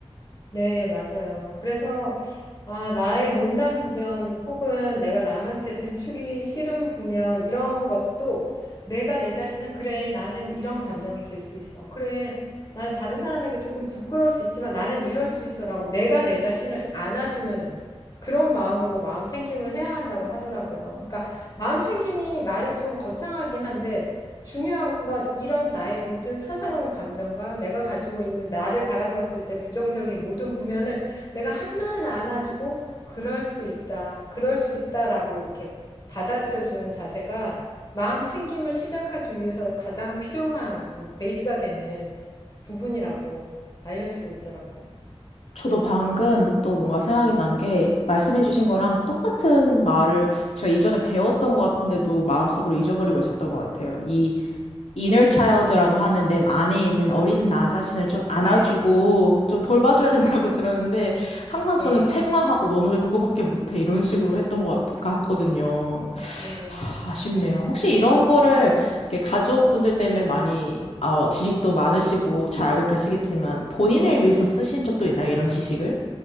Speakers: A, on the left; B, on the left.
A: 네, 맞아요. 그래서, 아, 나의 못난 부변 혹은 내가 남한테 들추기 싫은 부면 이런 것도 내가 내 자신을 그래, 나는 이런 감정이 들 수 있어. 그래, 나 다른 사람에게 조금 부끄러울 수 있지만 나는 이럴 수 있어라고 내가 내 자신을 안아주는 그런 마음으로 마음 챙김을 해야 한다고 하더라고요. 그러니까 마음 챙김이 말이 좀 거창하긴 한데 중요한 건 이런 나의 모든 사사로운 감정과 내가 가지고 있는 나를 바라봤을 때 부정적인 모든 부면을 내가 하나하나 안아주고 그럴 수 있다, 그럴 수 있다라고 이렇게 받아들여주는 자세가 마음 챙김을 시작하기 위해서 가장 필요한 그 베이스가 되는 부분이라고 알려주고 있더라고요.
B: 저도 방금 또 뭔가 생각이 난 게 말씀해주신 거랑 똑같은 말을 제가 이전에 배웠던 것 같은데도 마음속으로 잊어버리고 있었던 것 같아요. 이 inner child라고 하는 내 안에 있는 어린 나 자신을 좀 안아주고
A: 네,
B: 좀 돌봐줘야 된다고 <laughs> 들었는데 항상 저는
A: 네,
B: 책망하고 너는 왜 그거밖에 못해 이런 식으로 했던 것 같, 같거든요.
A: 네.
B: 하, 아쉽네요. 혹시 이런 거를 이렇게 가족분들 때문에 많이 어, 지식도 많으시고 잘 알고 계시겠지만 본인을 위해서 쓰신 적도 있나요? 이런 지식을?